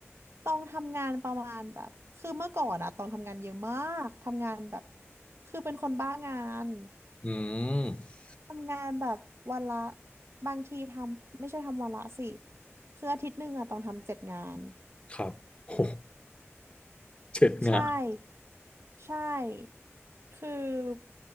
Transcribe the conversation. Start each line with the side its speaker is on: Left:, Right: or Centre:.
Right: ต้องทำงานประมาณแบบคือเมื่อก่อนอะต้องทำงานเยอะมากทำงานแบบคือเป็นคนบ้างาน
Left: อืม
Right: ทำงานแบบวันละบางทีทำไม่ใช่ทำวันละสิคืออาทิตย์หนึ่งอะต้องทำเจ็ดงาน
Left: ครับ โหเจ็ดงาน
Right: ใช่ใช่คือ